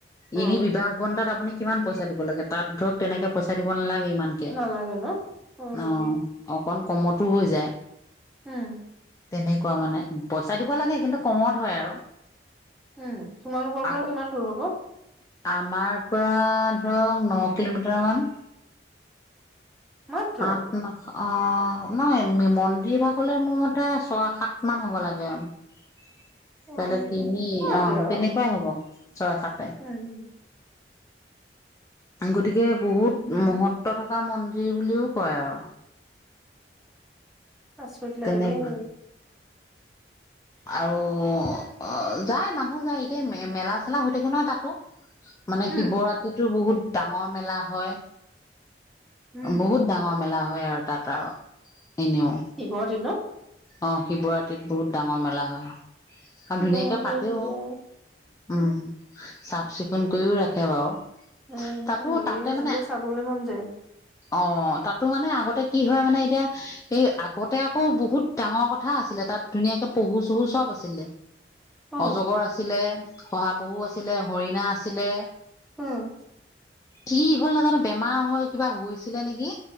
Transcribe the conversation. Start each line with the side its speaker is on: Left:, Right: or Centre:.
Centre: উম,
Left: এনেই বিবাহ ভৱন তা'ত আপুনি- কিমান পইচা দিব লাগে? তা'ত ধৰক তেনেকে পইচা দিব নালাগে ইমানকে,
Centre: নালাগে ন? উম,
Left: অঁ',। অকণ কমতো হৈ যায়।
Centre: উম।
Left: তেনেকুৱা মানে। পইচা দিব লাগে, কিন্তু কমত হয় আৰু।
Centre: হুম, তোমালোকৰ
Left: আগ
Centre: পৰা কিমান দূৰ হ'ব?
Left: আমাৰ পৰা ধৰক ন' কিলোমিটাৰ মান।
Centre: মাত্ৰ
Left: আঠ, ন অ', নহয়, মে-মন্দিৰ ভাগলৈ মোৰ মতে ছয়, সাত মান হ'ব লাগে। <unintelligible>
Centre: অ',
Left: তিনি
Centre: ওচৰতে
Left: অ',
Centre: আৰু
Left: তেনেকুৱাই হ'ব ছয়, সাতে
Centre: উম।
Left: গতিকে বহুত
Centre: উম।
Left: মহত্ব থকা মন্দিৰ বুলিও কয় আৰু।
Centre: আচৰিত
Left: তেনেকুৱা
Centre: লাগে দেই।
Left: আৰু অ', যায় মানুহ যায়, এতিয়া মে-মেলা চেলা হৈ থাকে নহয়, তাতো। মানে
Centre: উম,
Left: শিৱৰাত্ৰিতো বহুত ডাঙৰ মেলা হয়,
Centre: উম।
Left: বহুত ডাঙৰ মেলা হয়, আৰু তাত আৰু এনেও
Centre: শিৱৰাত্ৰিত ন?
Left: অ', শিৱৰা তিত বহুত ডাঙৰ মেলা হয়,
Centre: শিৱ
Left: আৰু ধুনীয়াকে
Centre: মন্দিৰে
Left: পাতেও
Centre: যেতিয়া
Left: উম। চাফ চিকুণ কৰিও ৰাখে বাৰু।
Centre: উম, এনেকুৱা
Left: তাতো
Centre: মন্দিৰ
Left: তাতে
Centre: আচলতে
Left: মানে
Centre: চাবলৈ মন যায়।
Left: অ', তাতো মানে আগতে কি হয়, মানে এতিয়া এই আগতে আ আকৌ বহুত ডাঙৰ কথা আছিলে, তাত ধুনীয়াকে পহু, চহু চব আছিলে,
Centre: অ',
Left: অজগৰ আ ছিলে শহাপহু আছিলে, হৰিণা আছিলে।
Centre: উম।
Left: কি হ'ল নাজানোঁ, বেমাৰ হৈ কিবা হৈছিলে নেকি,